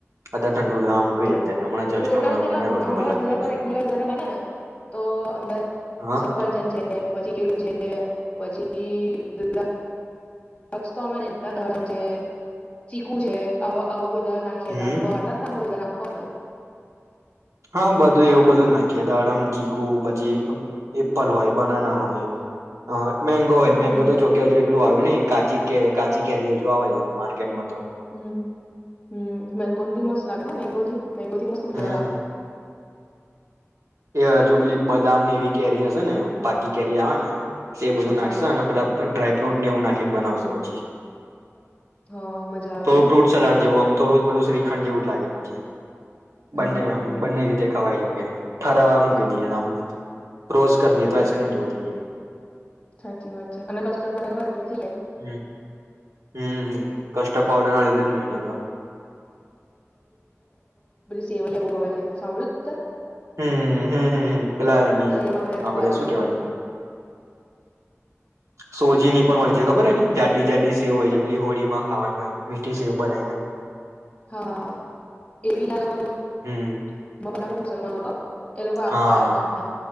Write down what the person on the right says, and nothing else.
<unintelligible> ઠંડુ થાવા મૂક્યું
છે અત્યારે, હમણાં જસ્ટ
હમણા
બનાવ અડધો કલાક
પેલા
હા
હમ
હા બધું એવું બધું જ નાખીએ, દાડમ, ચીકુ, પછી એપલ હોય, બનાના હોય, અહ મેંગો હોય,
મેંગો તો જોકે હજુ એટલું આવ્યું ને કાચી કે કાચી કેરી હજુ આવે છે. માર્કેટ માં તો
હમ
એ હજુ પેલી બદામને એવી કેરી હશે ને પાકી કેરી આવે ને તે બધું
નાખશે અને પેલા પ ડ્રાય ફ્રુટ ને એવુથ નાખીન બનાવશે પછી.
થોડું
ફ્રૂટ
સલાડ જેવું આમ. થોડું પેલું શ્રીખંડ જેવું જ લાગે પછી. બંને
આમ બંને રીતે ખવાય જો કે. ઠરાવા મૂકી દીએ આમ, રોસ્ટ કર દીએ તો આઈસક્રીમ જેવુ થઈ જાય.
હમ હમ કસ્ટર્ડ પાવડર ના લીધે જ મીને તો
હમ્મ-હમ્મ-હમ્મ. પેલા એની
આપડે
શું કેવાય? સોજીની પણ હોય છે ખબર એની? જાડી જાડી સેવ હોય છે, પેલી હોળીમાં ખાવાની હોય, મીઠી સેવ બનાયને.
હમ
હા